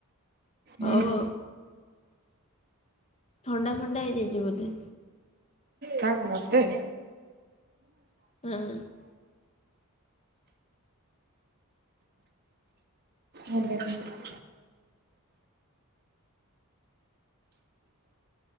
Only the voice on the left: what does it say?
ଆଉ
ଥଣ୍ଡା ଫଣ୍ଡା ହେଇଯାଇଚି ବୋଧେ?
ହଁ